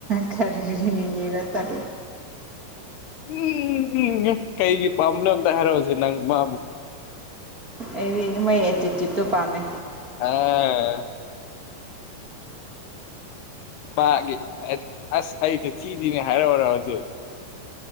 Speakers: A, on the right (about 40°); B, on the left (about 75°).
A: ꯀꯥꯔꯤꯔ ꯇꯠ
B: ꯎꯝ ꯀꯩꯒꯤ ꯄꯥꯝꯕꯅꯣ ꯑꯝꯇ ꯍꯥꯏꯔꯛꯑꯣꯁꯦ ꯅꯪ ꯃꯥꯕꯨ
A: ꯑꯩꯗꯤ ꯃꯣꯏ ꯑꯦꯇꯤꯇ꯭ꯌꯨꯠꯇꯨ ꯄꯥꯝꯃꯦ
B: ꯑꯥ ꯄꯥꯒꯤ ꯑꯁ ꯑꯩꯁꯦ ꯊꯤꯊꯤꯅ ꯍꯥꯏꯔꯛꯎꯔꯣ ꯍꯧꯖꯤꯛ